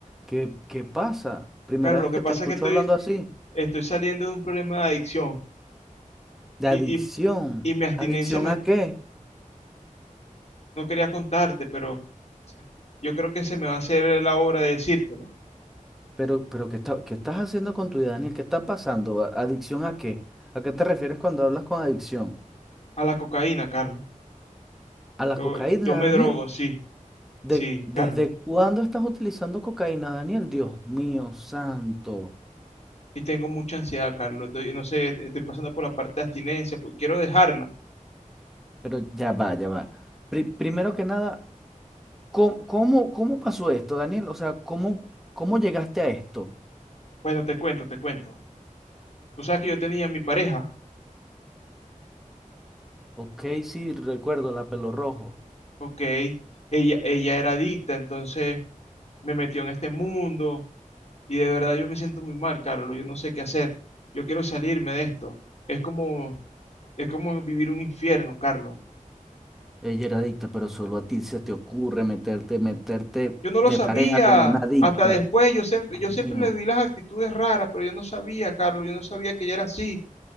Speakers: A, in the centre; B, on the left.
A: ¿qué, qué pasa? Primera
B: Carlos, lo
A: vez
B: que
A: que
B: pasa
A: te escucho
B: es que estoy,
A: hablando así.
B: estoy saliendo de un problema de adicción
A: De
B: y,
A: adicción.
B: y- y mi abstinencia
A: ¿Adicción
B: me,
A: a qué?
B: no quería contarte, pero yo creo que se me va a hacer la hora de decírtelo.
A: Pero, pero ¿qué está- qué estás haciendo con tu vida, Daniel? ¿Qué está pasando? ¿A- ¿Adicción a qué? ¿A qué te refieres cuando hablas con adicción?
B: A la cocaína, Carlos.
A: ¿A la
B: Yo,
A: cocaína,
B: yo me
A: Daniel?
B: drogo, sí,
A: ¿De-
B: sí,
A: ¿desde
B: Carlos.
A: cuándo estás utilizando cocaína, Daniel? Dios mío, santo.
B: Y tengo mucha ansiedad, Carlos. Estoy- no sé, e-, estoy pasando por la parte de abstinencia porque quiero dejarla.
A: Pero ya va, ya va. Pri- primero que nada, ¿cómo, cómo, cómo pasó esto, Daniel? O sea, ¿cómo, cómo llegaste a esto?
B: Bueno, te cuento, te cuento. Tú sabes que yo tenía mi pareja,
A: Ok, sí, recuerdo la pelo rojo.
B: ¿ok? Ella, ella era adicta, entonces me metió en este mundo y de verdad yo me siento muy mal, Carlos. Yo no sé qué hacer. Yo quiero salirme de esto. Es como, es como vivir un infierno, Carlos.
A: Ella era adicta, pero solo a ti se te ocurre meterte, meterte
B: Yo no
A: de
B: lo sabía.
A: pareja con una adicta.
B: Hasta después yo siempre,
A: Dios
B: yo siempre
A: mío.
B: le vi las actitudes raras, pero yo no sabía, Carlos. Yo no sabía que ella era así.